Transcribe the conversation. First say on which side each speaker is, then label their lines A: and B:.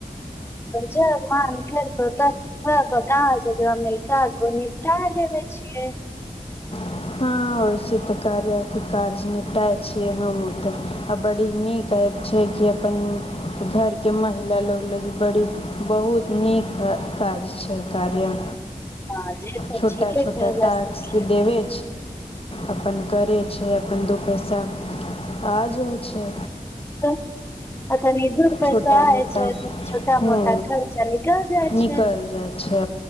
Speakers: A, on the left (about 15°); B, on the left (about 40°).
A: जब मन करतौ तऽ बता ज अमेरिका आगो निपटाार लेब छियै
B: हँ वैसे तऽ कर र के काज निपटा छीिय हमते आ बड़ी नीक छै कि अपन घरके महिला लोग लोग बड़ी बहुत नीक है काज छै कार्य
A: हँ जे तऽ
B: छोटा
A: ठीके
B: छोटा
A: कहल
B: टास्क
A: सखी
B: देबे अपन करै छै अपन दू पैसा आ जाय छै
A: ओ तरि दु
B: छोटा
A: पैसो आ
B: मोटा
A: छै त छोटा
B: हूँ
A: मोटा खर्चा निकल जाइ
B: निकल
A: छै
B: जाइ छै